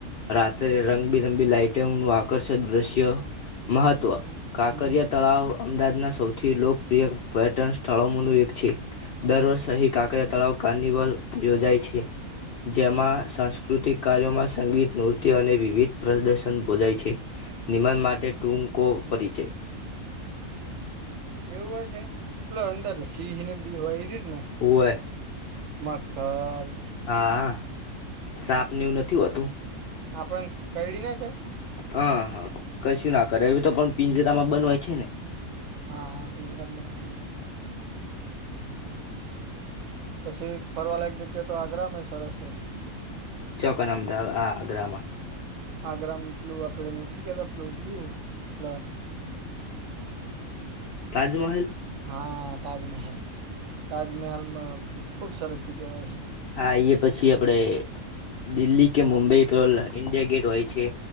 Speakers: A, on the left (about 70°); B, on the right (about 65°).
A: રાત્રે રંગબીરંગબી લાઈટંગ નું આકર્ષક દ્રશ્ય મહત્વ
B: હમ હમ
A: કાકરિયા
B: હમ
A: તળાવ અમદાવાદના સૌથી લોકપ્રિય પર્યટન સ્થળોનું એક છે. દર વર્ષ સહી કાંકરિયા તળાવ કાર્નિવલ યોજાય છે. જેમાં સાંસ્કૃતિક કાર્યોમાં સંગીત, નૃર્ત્ય અને વિવિધ પ્રદર્શન બોલાય છે.
B: હમ
A: નિમન માટે ટૂકો
B: હમ
A: પરિચય.
B: એવું હોય છે પેલો અંદર સીહ ને બી હોય એ રીત ને.
A: હોવે
B: મથર.
A: હા સાપને એવું નથી હોતું.
B: આપડને કરડી ના જાય
A: હા હા કશું ના કરે એ તો પણ પિંજરામાં બન હોય છે ને.
B: હા હા <unintelligible> નરામ બના પછી ફરવાલાયક જગ્યા તો આગ્રા મેં સરશ છે.
A: ચોક ના અમદાવાદ આ આગ્રામાં.
B: આગ્રમાં પેલું આપડે નથી કેતા, પેલું ચીયું પ
A: તાજમહેલ.
B: હા, તાજમહેલ તાજમહેલમાં ખુબસરત થી કહેવાય હે.
A: હા, એ પછી આપડે દિલ્હી કે મુંબઈ પે ઇન્ડિયા ગેટ હોય છે.